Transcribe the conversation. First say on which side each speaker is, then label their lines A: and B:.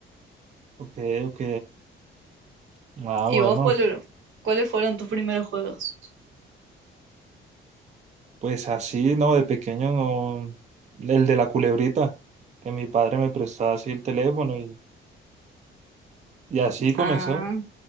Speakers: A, on the right (about 35°); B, on the right (about 80°).
A: Ok, ok. Ah, bueno,
B: ¿Y vos cuál, era- cuáles fueron tus primeros juegos?
A: pues así, ¿no? De pequeño no, el de la culebrita, que mi padre me prestaba así el teléfono y, y así comenzó.
B: Ah,